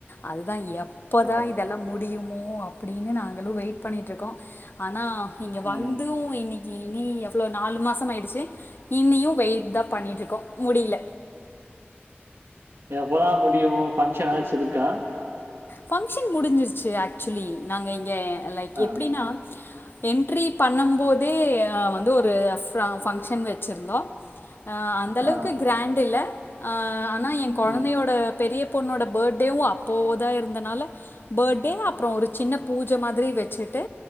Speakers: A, on the left (about 55°); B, on the right (about 70°).
A: அதுதா எப்பதா
B: ஓ!
A: இதெல்லா முடியுமோ அப்டினு நாங்களு வெயிட் பண்ணிட்டு இருக்கோ ஆனா நீங்க
B: ம்.
A: வந்து இன்னைக் இனி எவ்ளோ நாலு மாசம் ஆயிடுச்சு இனியு வெயிட் தா பண்ணிட்டு இருக்கோ முடியல
B: எப்போதா முடியு பங்க்ஷன்னாச்சு இருக்கா
A: ஃபங்க்ஷன் முடிஞ்சிருச்சு ஆக்சுவலி நாங்க இங்க லைக்
B: ஆ.
A: எப்டின்னா என்ட்ரி பண்ணும் போதே வந்து ஒரு ஃபங்க்ஷன் வச்சிருந்தோ அ அந்த
B: ஆ.
A: அளவுக்கு கிராண்ட் இல்ல ஆனா ஏ கொழந்தையோட
B: ம்.
A: பெரிய பொண்ணோட பர்த்டேவு அப்போ தா இருந் னால பர்த்டே அப்றோ ஒரு சின்ன பூஜ மாதிரி வச்சுட்டு